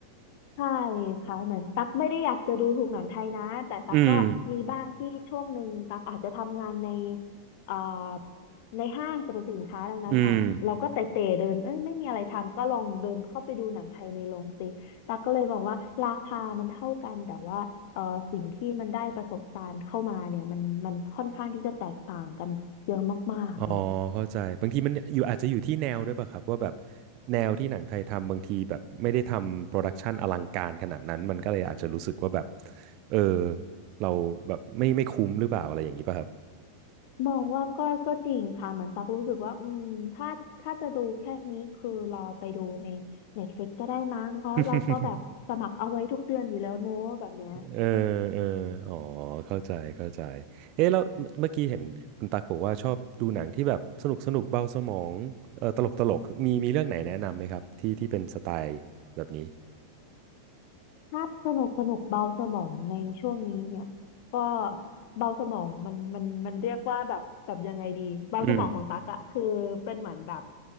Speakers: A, on the left; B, on the right.
A: ใช่ค่ะเหมือนตั๊กไม่ได้อยากจะดูถูกหนังไทยนะแต่ตั๊กก็มีบ้างที่ช่วงหนึ่งตั๊กอาจจะทำงานใน
B: อืม
A: เอ่อในห้างสรรพสินค้าดังนั้นอ่าเราก็เตะเตะเดินเอ้ยไม่มีอะไรทำก็ลองเดินเข้าไปดูหนังไทยในโรงสิตั๊กก็เลยมองว่าราคามันเท่ากันแต่ว่าเอ่อสิ่งที่มันได้ประสบการณ์เข้ามาเนี่ยมันมันค่อนข้างที่จะแตกต่างกันเยอะมากๆเลย
B: อืม อ๋อเข้าใจบางทีมันอยู่อาจจะอยู่ที่แนวด้วยป่ะครับว่าแบบแนวที่หนังไทยทำบางทีแบบไม่ได้ทำโปรดักชันอลังการขนาดนั้นมันก็เลยอาจจะรู้สึกว่าแบบเออเราแบบไม่ไม่คุ้มหรือเปล่าอะไรอย่างนี้ป่ะครับ
A: มองว่าก็ก็จริงค่ะเหมือนตักรู้สึกว่าอืมถ้าถ้าจะดูแค่นี้คือรอไปดูใน Netflix ก็ได้มั้งเพราะเราก็แบบสมัครเอาไว้ทุกเดือนอยู่แล้วเนอะแบบเนี้ย
B: <laughs> เออเอออ๋อเข้าใจเข้าใจเอ๊ะแล้วเมื่อกี้เห็นคุณตักบอกว่าชอบดูหนังที่แบบสนุกสนุกเบาสมองเออตลกตลกมีมีเรื่องไหนแนะนำไหมครับที่ที่เป็นสไตล์แบบนี้
A: ถ้าพสนุกสนุกเบาสมองในช่วงนี้เนี่ยก็เบาสมองมันมันมันเรียกว่าแบบแบบยังไงดีเบาสมองของตักอะคือเป็นเหมือนแบบ
B: อืม